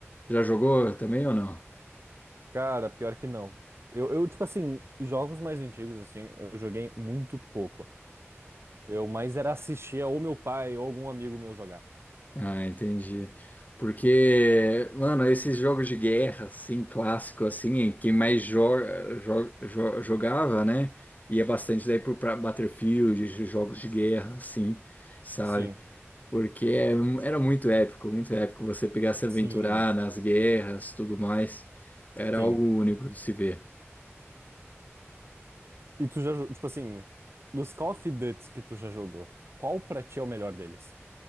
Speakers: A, on the left; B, on the right.
A: Já jogou também ou não?
B: Cara, pior que não. Eu, eu, tipo assim, jogos mais antigos, assim, eu joguei muito pouco. Eu mais era assistir ou meu pai ou algum amigo meu jogar.
A: Ah, entendi. Porque, mano, esses jogos de guerra, assim, clássico, assim, quem mais joga, jo- jo- jogava, né? Ia bastante daí pro pra Battlefield, jogos de guerra, assim, sabe?
B: Sim,
A: Porque é- era muito épico, muito épico você pegar se aventurar
B: sim,
A: nas guerras, tudo mais. Era
B: sim.
A: algo único de se ver.
B: E tu já, jo- tipo assim, dos Call of Duty que tu já jogou, qual pra ti é o melhor deles?